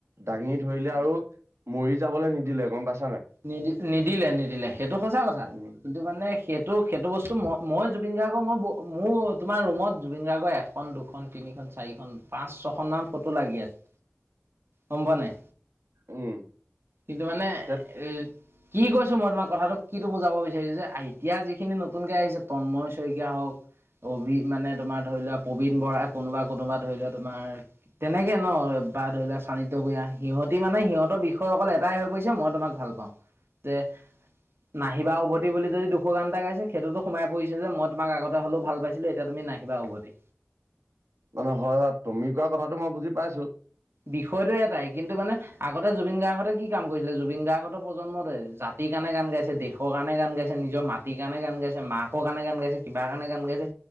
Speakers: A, on the right; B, on the right.
A: দাঙি ধৰিলে আৰু মৰি যাবলৈ নিদিলে গম পাইছা নাই।
B: নিদি নিদিলে নিদিলে সেইটো সঁচা কথা।
A: উম
B: কিন্তু মানে সেইটো সেইটো বস্তু মই জুবিন গাৰ্গ মই, মোৰ তোমাৰ ৰুমত জুবিন গাৰ্গ এখন দুখন তিনিখন চাৰিখন পাঁচ ছয়খন সমান ফটো লাগি আছে। গম পোৱা নাই।
A: উম
B: কিন্তু মানে
A: সেই
B: এ কি কৈছো মই তোমাৰ কথাটো, কিটো বুজাব বিচাৰিছো যে এতিয়া যিখিনি নতুনকে আহিছে তন্ময় শইকীয়া হওঁক। অভি মানে তোমাৰ ধৰি লোৱা, প্ৰবীন বৰা কোনোবা কোনোবা ধৰি লোৱা তোমাৰ, তেনেকে ন। বা ধৰি লোৱা চানি্ভূঞা সিহঁতি মানে সিহঁতৰ বিষয়ে অকল এটাই হৈ পৰিছে মই তোমাক ভাল পাওঁ। যে নাহিবা উভতি বুলি যদি দুশ গান এটা গাইছে সেইটোতো সোমাই পৰিছে যে মই তোমাক আগতে হ'লেও ভাল পাইছিলো এতিয়া তুমি নাহিবা উভতি।
A: মানে হয়, হয়। তুমি কোৱা কথাটো মই বুজি পাইছোঁ।
B: বিষয়টোয় এটাই কিন্তু মানে আগতে জুবিন গাৰ্গতে কি কাম কৰিছিলে জুবিন গাৰ্গতো প্ৰজন্মই জাতিৰ কাৰণে গান গাইছে দেশৰ কাৰণে গান গাইছে নিজৰ মাত ৰাতি কাৰণে গান গাইছে মাকৰ কাৰণে গান গাইছে কিবাৰ কাৰণে গান গাইছে